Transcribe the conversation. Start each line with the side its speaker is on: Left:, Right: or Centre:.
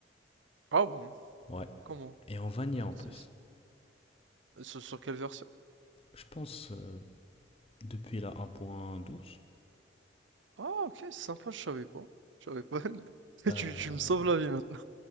Right: Ah bon?
Left: Ouais.
Right: Comment?
Left: Et en vanilla en
Right: C'est-
Left: plus.
Right: c'est- Sur, sur quelle version?
Left: Je pense euh, depuis la 1.12,
Right: Ah, ok, sympa, je savais pas. Je savais pas. <laughs>
Left: euh,
Right: Tu, tu me sauves la vie maintenant.